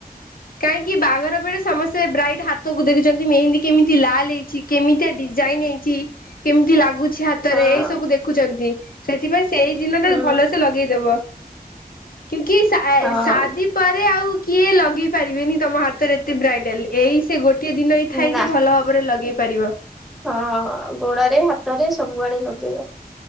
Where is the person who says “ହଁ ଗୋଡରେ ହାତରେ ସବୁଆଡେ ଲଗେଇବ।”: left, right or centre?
Centre